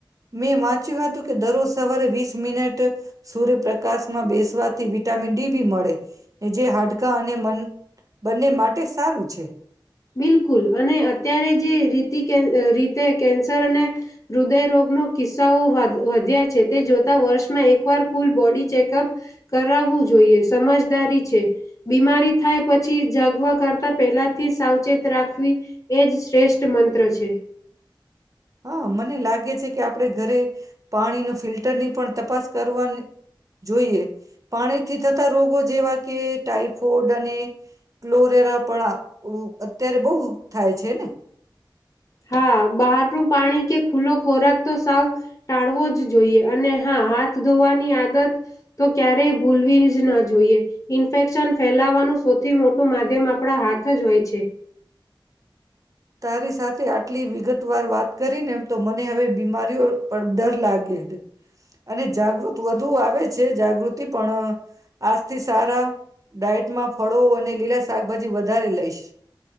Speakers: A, on the right (about 40°); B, on the left (about 40°).
A: મેં વાંચ્યું હતું કે દરરોજ સવારે વીસ મિનિટ સૂર્યપ્રકાશમાં બેસવાથી વિટામિન ડી બી મળે જે હાડકા અને મન બંને માટે સારું છે.
B: બિલકુલ અને અત્યારે જે રીતી રીતે કેન્સર અને હૃદયરોગનો કિસ્સાઓ વા વધ્યા છે તે જોતા વર્ષમાં એકવાર કુલ બોડી ચેકઅપ કરાવવું જોઈએ સમજદારી છે બીમારી થાય પછી જાગવા કરતા પહેલાથી સાવ ચેત રાખવી એજ શ્રેષ્ઠ મંત્ર છે.
A: હા મને લાગે છે કે આપણે ઘરે પાણીનો ફિલ્ટરની પણ તપાસ કરવાની જોઈએ પાણીથી થતા રોગો જેવા કે ટાઈફોઇડ અને ક્લોરેરા પણ અત્યારે બહુ થાય છે ને?
B: હા, બહારનું પાણી કે ખુલ્લો ખોરાક તો સાવ ટાળવો જ જોઈએ અને હા, હાથ ધોવાની આદત તો ક્યારેય ભૂલવી જ ન જોઈએ ઇન્ફેક્શન ફેલાવાનું સૌથી મોટું માધ્યમ આપણા હાથ જ હોય છે.
A: તારી સાથે આટલી વિગત વાર વાત કરીને તો મને હવે બીમારીઓ પણ ડર લાગે અને જાગૃત વધુ આવે છે જાગૃતિ પણ આજથી સારા ડાયટમાં ફળો અને લીલા શાકભાજી વધારે લઈશ.